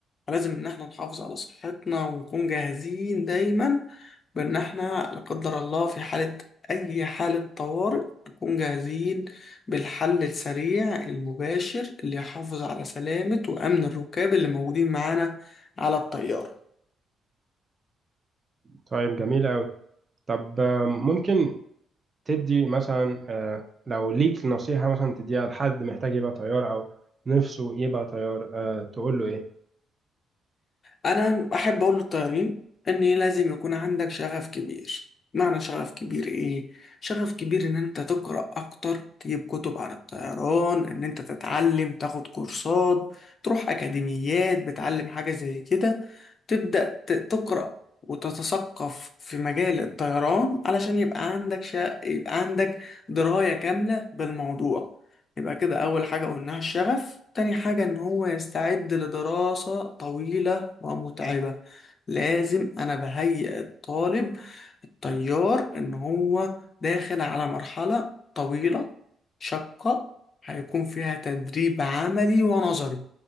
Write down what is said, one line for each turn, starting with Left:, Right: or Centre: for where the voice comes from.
Left: فلازم إن احنا نحافظ على صحتنا ونكون جاهزين دايما بإن احنا لا قدر الله في حالة أي حالة طوارئ نكون جاهزين بالحل السريع المباشر اللي يحافظ على سلامة وأمن الركاب اللي موجودين معانا على الطيارة.
Right: طيب جميل قوي طب آم، ممكن تدي مثلا آه، لو ليك نصيحة مثلا تديها لحد محتاج يبقى طيار او نفسه يبقى طيار آه، تقول له ايه
Left: انا احب اقول للطيارين ان لازم يكون عندك شغف كبير معنى شغف كبير ايه شغف كبير ان انت تقرا اكتر تجيب كتب عن الطيران ان انت تتعلم تاخد كورسات تروح اكاديميات بتعلم حاجه زي كده تبدا ت- تقرا وتتثقف في مجال الطيران علشان يبقى عندك شا... يبقى عندك درايه كامله بالموضوع يبقى كده أول حاجة قلناها الشغف تاني حاجة إن هو يستعد لدراسة طويلة ومتعبة لازم أنا بهيئ الطالب التيار إن هو داخل على مرحلة طويلة شاقة هيكون فيها تدريب عملي ونظري